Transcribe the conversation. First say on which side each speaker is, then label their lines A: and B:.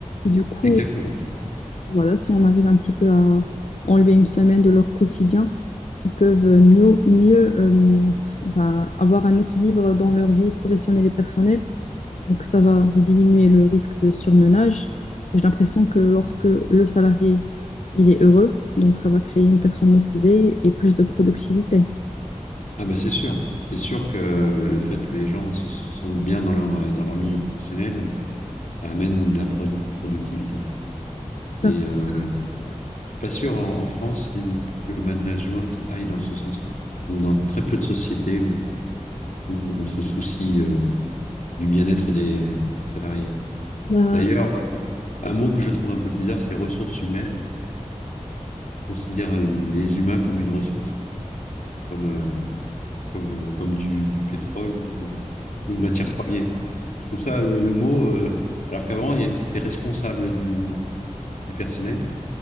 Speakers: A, on the left; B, on the left.
A: du coup,
B: exactement.
A: Voilà, si on arrive un petit peu à enlever une semaine de leur quotidien, ils peuvent euh, mieux, mieux euh, ben, avoir un équilibre dans leur vie professionnelle et personnelle. Donc, ça va diminuer le risque de surmenage. Et J'ai l'impression que lorsque le salarié, il est heureux, donc ça va créer une personne motivée et plus de productivité.
B: Ah bah c'est sûr, c'est sûr que euh, le fait que les gens se, se sentent bien dans leur, euh, dans leur milieu professionnel, euh, ça amène de la pro- productivité. Mais
A: Bah,
B: euh, je suis pas sûr en, en France si- que le management aille dans ce sens-là, ou dans très peu de sociétés où, où on se soucie euh, du bien-être des, des salariés.
A: bah,
B: D'ailleurs, euh, un mot que je trouve un peu bizarre, c'est ressources humaines. On considère les humains comme une ressource. comme, euh, comme, euh, comme du, du pétrole ou, ou une matière première. Je trouve ça le, le mot, euh, alors qu'avant, il y a- c'était responsable du, du personnel.